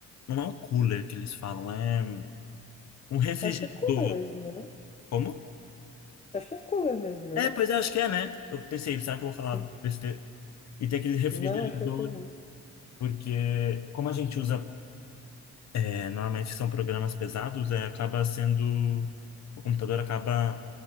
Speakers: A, on the left (about 60°); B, on the left (about 20°).
A: não é um cooler que eles falam, é um refrigerador.
B: Acho que é cooler mesmo, né? não?
A: Como?
B: Acho que é cooler mesmo, né?
A: É,
B: não?
A: pois é, acho que é, né? Eu pensei, será que eu vou falar
B: Sim.
A: besteira? E tem aquele refrigerador,
B: Não, acho que é cooler mesmo.
A: porque como a gente usa, é, normalmente são programas pesados, é, acaba sendo, o computador acaba